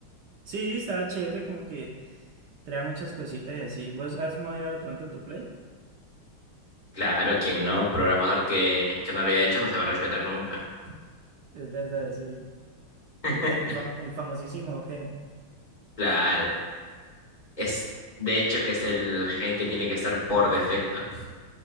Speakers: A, on the right (about 65°); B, on the left (about 20°).
A: sí, estaba chévere, como que trae muchas cositas y así. ¿Vos has modeado de pronto tu Play?
B: Claro, quien no, programador que, que no lo haya hecho no se va a respetar nunca.
A: Es verdad, sí.
B: <laughs>
A: El, Ge- el, fam- el famosísimo Gem.
B: Claro. Es, de hecho, que es el gen que tiene que estar por defecto.